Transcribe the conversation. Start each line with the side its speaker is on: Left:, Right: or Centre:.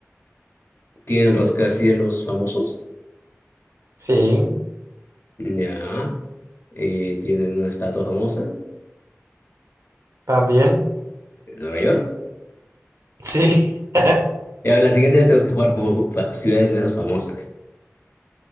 Left: tienen rascacielos famosos,
Right: Sí,
Left: ya. Eh, tienen una estatua famosa
Right: también.
Left: en Nueva York.
Right: Sí.
Left: <laughs>
Right: <laughs>
Left: Ya, la siguiente vez tenemos que jugar como fa- ciudades menos famosas.